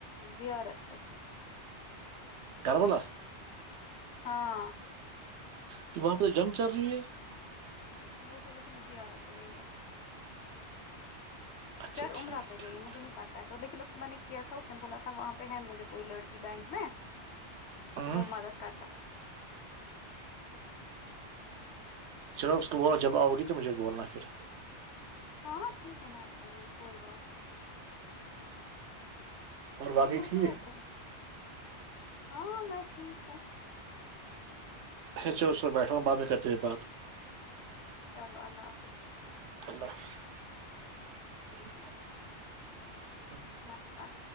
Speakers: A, on the left; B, on the right.
A: زیارت پہ
B: کربول <inaudible>
A: ہاں
B: کہ وہاں پہ تو جنگ چل رہی ہے
A: وہ تو لیکن زیارت پہ گئی ہے
B: اچھا
A: شاید
B: ٹھیک
A: عمرہ پہ گئی
B: ٹھیک
A: ہے مجھے نہیں پاتا تو لیکن اس کو میں نے کیا تھا اس نے بولا تھا وہاں پہ ہے مجھے کوئی لڑکی بینک میں
B: ہ
A: ت وہ مدد کر سکتا
B: چلو اس کو بول جب آؤ گی تو مجھے بولنا پھر
A: ہاں ٹھیک ہے میں بولوں گی کوئی بات نہیں
B: اور باقی
A: انگو
B: ٹھیک
A: تو اب ہاں میں ٹھیک ہوں
B: ہچور اس میں بیٹھاوں ب میں کرتے ہوئے بات
A: چلو اللہ حافظ
B: اللہفظ <inaudible> ج س <inaudible>
A: بات بات